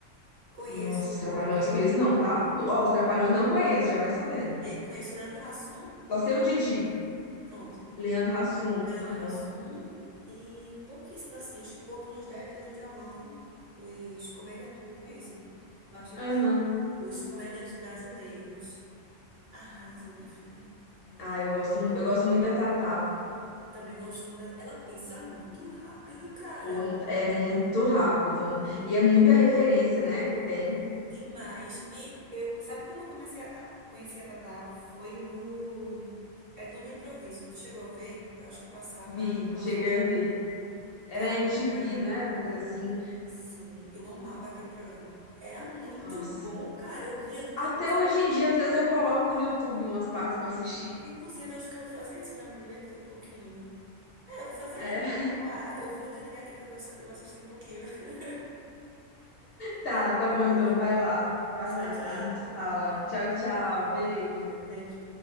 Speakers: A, on the right; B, on the left.
A: conheço
B: Nossa, os Trapalhões
A: aquele,
B: conheço não, tá? Ó, os Trapalhões não conheço, já vai sabendo.
A: é, conheço Leandro Hassum,
B: Só sei o Didi.
A: pronto.
B: Leandro Hassum.
A: Leandro
B: Aham.
A: Hassum e pouquíssimos, assim, acho que conto nos dez dedos da mão os comediantes que eu conheço. Mas, tipo
B: Aham.
A: assim, os comediantes brasileiros arrasam, minha filha. Meu
B: Ah, eu gosto,
A: Deus.
B: mu- eu gosto muito da Tatá.
A: Também gosto muito da... Ela pensa muito rápido, cara.
B: Pô, não- É
A: É
B: muito rápido.
A: Muito
B: E é muita
A: rápido.
B: referência, né, que tem.
A: Demais. E eu, sabe quando eu comecei a a conhecer a Tatá? Foi no. É tudo um improviso. Tu chegou a ver? Eu acho que passava
B: Vi,
A: no canal
B: cheguei
A: fechado.
B: a ver. Era
A: Cara,
B: MTV,
A: ela era muito
B: né?
A: boa.
B: Uma coisa assim.
A: Sim, eu amava aquele programa. Era muito
B: Nossa.
A: bom, cara. Eu ria do começo
B: Até hoje
A: ao fim.
B: em dia, às vezes eu coloco no YouTube umas partes pra assistir.
A: Inclusive, acho que eu vou fazer isso pra me divertir um pouquinho. É, eu vou fazer
B: É.
A: isso.
B: <laughs>
A: Olha, eu vou desligar aqui que eu vou, eu vou assistir um pouquinho. <laughs> Dentro
B: Tá,
A: do
B: tá
A: que
B: bom
A: eu
B: então.
A: fiz.
B: Vai lá. Vai
A: Tchau,
B: lá então,
A: tchau.
B: a gente se fala. Tchau, tchau. Beijo.
A: Beijo.